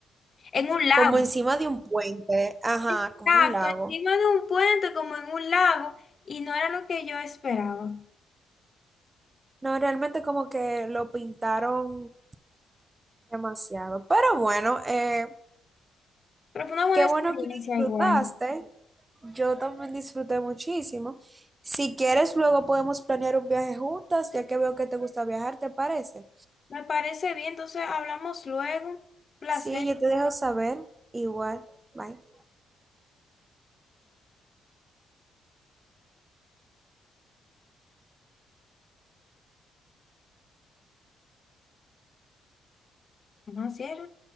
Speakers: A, on the left (about 40°); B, on the right (about 20°).
A: en un lago.
B: como encima de un puente, ajá,
A: Exacto,
B: como un lago.
A: encima de un puente como en un lago y no era lo que yo esperaba.
B: No, realmente como que lo pintaron demasiado. Pero bueno, eh,
A: Pero fue una buena
B: qué bueno
A: experiencia
B: que disfrutaste.
A: igual.
B: Yo también disfruté muchísimo. Si quieres, luego podemos planear un viaje juntas, ya que veo que te gusta viajar, ¿te parece?
A: Me parece bien, entonces hablamos luego. Placer.
B: Sí, yo te dejo saber. Igual. Bye.
A: No, cierre.